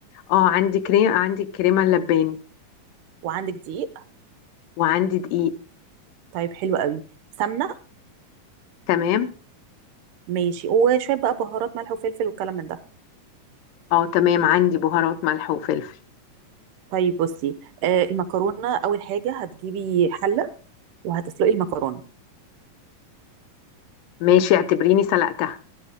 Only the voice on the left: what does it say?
اه عندي كريم عندي الكريمة اللباني
وعندي دقيق
تمام
اه تمام عندي بهارات ملح وفلفل
ماشي اعتبريني سلقتها